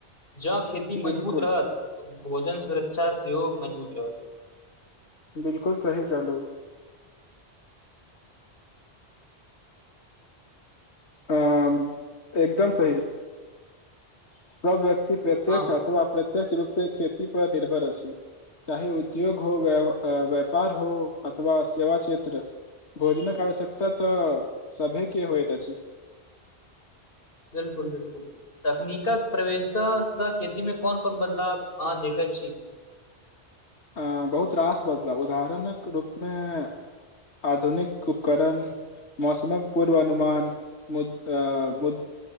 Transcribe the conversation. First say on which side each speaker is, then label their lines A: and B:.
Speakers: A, on the left; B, on the left.
A: जऽ। खेती
B: बिलकुल
A: मजबूत रहत भोजन सुरक्षा सेहो मजबूत रहत।
B: बिल्कुल सही कहलू। अँ म एकदम सही। सब व्यक्ति प्रत्यक्ष
A: हँ
B: अथवा अप्रत्यक्ष रूप से खेती पर निर्भर अछि। चाहे उद्योग हो, व्या व्यापार हो अथवा सेवा क्षेत्र। भोजनक आवश्यकता तऽ सभेके होइत अछि।
A: बिल्कुल- बिल्कुल तकनीकक प्रवेश से सँ खेती मे कोन-कोन बदलाव आहाँ देखै छी?
B: अँ बहुत रास बदलाव उदाहरणक रूपमे- आधुनिक उपकरण मौसमक पूर्वानुमान मुद अ मुद